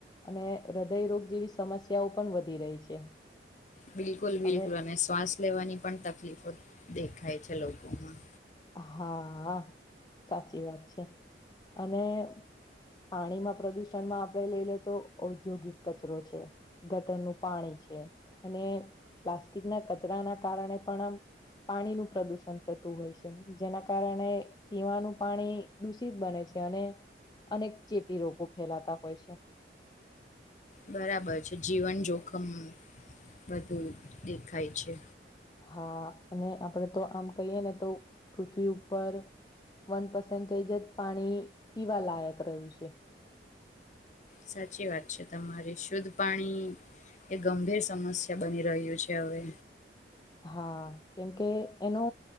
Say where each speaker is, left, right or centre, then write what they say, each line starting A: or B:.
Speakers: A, on the left (about 25°); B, on the left (about 40°).
A: અને હૃદયરોગ જેવી સમસ્યાઓ પણ વધી રહી છે.
B: બિલકુલ બિલકુલ
A: હવે
B: અને શ્વાસ લેવાની પણ તકલીફો દેખાય છે લોકોમાં.
A: હા, સાચી વાત છે અને પાણીમાં પ્રદુષણમાં આપડે લઈ લે તો ઔદ્યોગિક કચરો છે, ગટરનું પાણી છે અને પ્લાસ્ટિકના કચરાના કારણે પણ આમ પાણીનું પ્રદુષણ થતું હોય છ. જેના કારણે પીવાનું પાણી દૂષિત બને છે અને અનેક ચેપી રોગો ફેલાતા હોય છે.
B: બરાબર છે. જીવન જોખમ બધું દેખાય છે.
A: હા અને આપડે તો આમ કઈયેને તો પૃથ્વી ઉપર વન પસન્ટેજ જ પાણી પીવા લાયક રહ્યું છે.
B: સાચી વાત છે તમારી. શુદ્ધ પાણી એ ગંભીર સમસ્યા બની રહ્યું છે હવે.
A: હા, કેમકે એનો